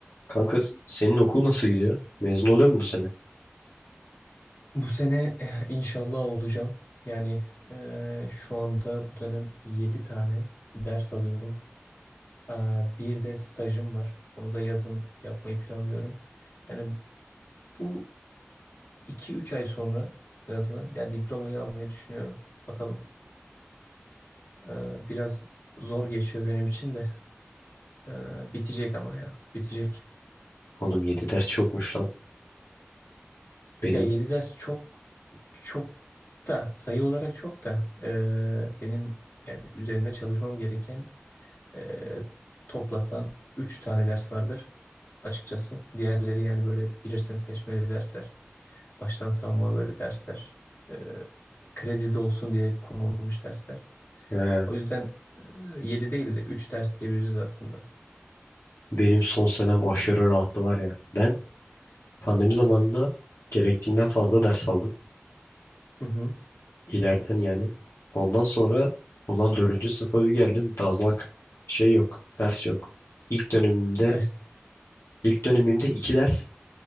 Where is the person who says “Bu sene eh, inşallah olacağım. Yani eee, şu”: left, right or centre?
Left